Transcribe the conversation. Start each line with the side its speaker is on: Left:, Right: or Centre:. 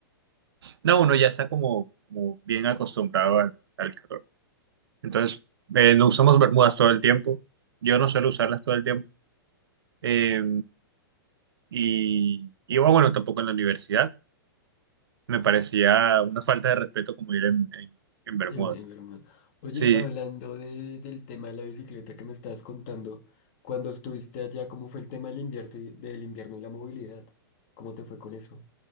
Right: No, uno ya está como, como bien acostumbrado al, al calor. Entonces, eh, no usamos bermudas todo el tiempo. Yo no suelo usarlas todo el tiempo. Eh, y, y bueno, tampoco en la universidad. Me parecía una falta de respeto como ir en, en, en bermudas.
Left: En, en Bermuda. Oye,
Right: Sí,
Left: hablando de, del tema de la bicicleta que me estabas contando, cuando estuviste allá, ¿cómo fue el tema del invierno y, del invierno y la movilidad? ¿Cómo te fue con eso?